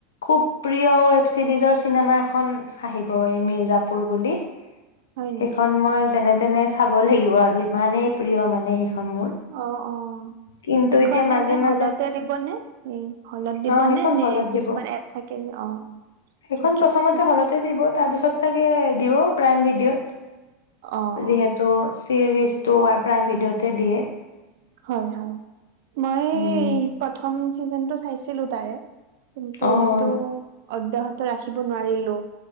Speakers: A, on the left; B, on the right.
A: খুব প্ৰিয় ৱেব চিৰিজৰ চিনেমা এখন আহিব এ মে জাপুৰ বুলি।
B: হয় নেকি?
A: সেইখন মই যেনে তেনে চাব লাগিব আৰু ইমানেই প্ৰিয় মানে সেইখন মোৰ।
B: অ', অ'।
A: কিন্তু
B: সেইখন
A: এতিয়া মাজে
B: এনে হলতে
A: মাজে
B: দিব নে? উম। হলত দিবনে
A: অ সেইখন
B: নে
A: হলত
B: কিছুমান
A: দিব
B: এপ থাকে যে, অ', অ'।
A: সেইখন
B: ঠিকে
A: প্ৰথমতে
B: আছে।
A: হলতে দিব। তাৰপিছত চাগে দিব প্ৰাইম ভিডিঅ'ত।
B: অ', অ'।
A: যিহেতু চিৰিজটো আৰ প্ৰাইম ভিডিঅ'তে দিয়ে।
B: হয়, হয়। মই
A: উম
B: প্ৰথম চিজনটো চাইছিলো তাৰে। কিন্তু
A: অ
B: সেইটো অব্যাহত ৰাখিব নোৱাৰিলো।